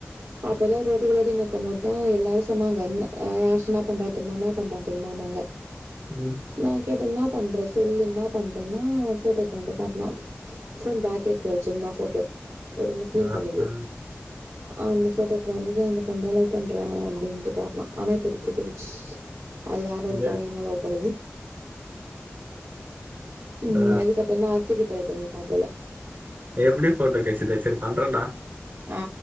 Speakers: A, on the right (about 80°); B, on the right (about 45°).
A: அப்பதா
B: ம்,
A: ஒரு வாட் டி விளையாடி நிக்கம் போதா எல்லாரு சொன்னாங்க என்ன ஆ யாஷ் என்னா பண்றான் தெரிமா என்னா பண்றான் தெரிமானாங்க உ
B: ம்
A: நா கேட்டே என்னா பண்றே சொல்லு என்னாப் பண்றேன்னா ஃபோட்டோ எட்த்னு வந்து காட்னா ஃபோன் பேக் கேஸ்ல வெச்சிர்ந்தா ஃபோட்டோ ஒரு முஸ்லிம்
B: ஆ,
A: பொண்ணுது
B: ஆ,
A: அந்த ஃபோட்டோத்துல இர்ந்து இந்த பொண்தா லவ் பண்றே அப்டின்ட்டு காட்னா ஆனா இப்ப அது புட்டுக்கிச் அது வேற ஒரு பையன
B: ஏ,
A: லவ் பண்ணுது ம்
B: ஆ,
A: அதுக்கப்பற்ந்தா அர்சிக்கு ட்ரை பண்ணினு இருக்காம் போல
B: எப்படி போட்ட கேசு இது செரி பண்றேன்ட
A: ஆ